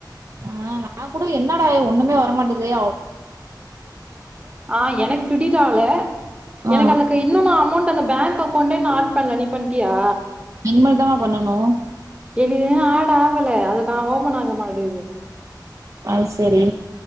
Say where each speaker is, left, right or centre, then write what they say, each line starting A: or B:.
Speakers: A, on the right; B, on the right.
A: ஆஹ் நா கூட என்னடா ஒண்ணுமே வரமாட்டதே
B: ஆஹ் எனக்கு க்ரிடிட் ஆல
A: ஆ
B: எனக்கு அந்தக்கு இன்னு நா அமௌண்ட் அந்த பேங்க் அக் கொண்டே நா ஆட் பண்ல நீ பண்ட்டியா
A: மா இதாமா பண்ணணூ
B: னு ஆட் ஆவல அதுக்கா ஓபன் ஆக மாட்டெகுது
A: ஆஹ் செரி